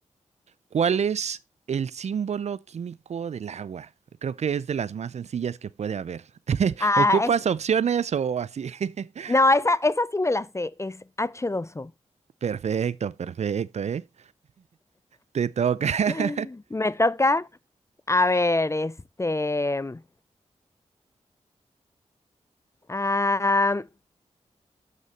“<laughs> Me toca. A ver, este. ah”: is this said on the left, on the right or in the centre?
Left